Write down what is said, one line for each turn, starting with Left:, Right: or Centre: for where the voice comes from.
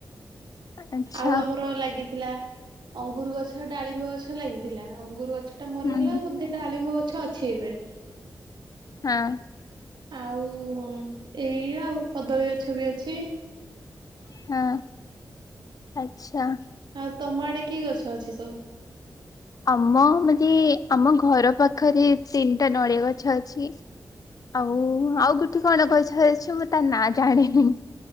Left: ଆଚ୍ଛା
Right: ଆଉ ଆମର ଲାଗିଥିଲା ଅଙ୍ଗୁର ଗଛ, ଡାଳିମ୍ବ ଗଛ ଲାଗିଥିଲା ଅଙ୍ଗୁର ଗଛ ଗଛ ଟା ମରିଗଲା
Left: ହୁଁ
Right: ବଧେ ଡ଼ାଳିମ୍ବ ଗଛ ଅଛି ଏବେ।
Left: ହଁ।
Right: ଆଉ ଏଇ ଆଉ କଦଳୀ ଗଛ ବି ଅଛି।
Left: ହଁ ଆଛା।
Right: ଆଉ ତମ ଆଡେ କି ଗଛ ଅଛି ସବୁ?
Left: ଆମ ମାନେ ଆମ ଘର ପାଖରେ ତିନିଟା ନଡ଼ିଆ ଗଛ ଅଛି। ଆଉ ଆଉ ଗୋଠେ କଣ ଗଛ ଅଛି ମୁଁ ତା ନା ଜାଣିନି।